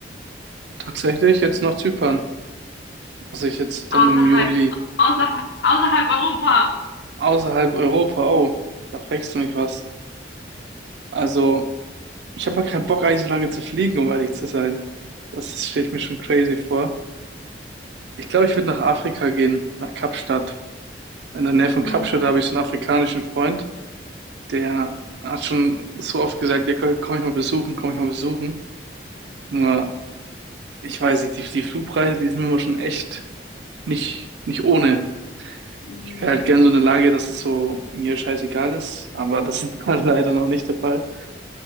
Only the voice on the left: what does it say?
Außerhalb,
außerhalb, außerhalb Europa.
Mhm.
Mhm.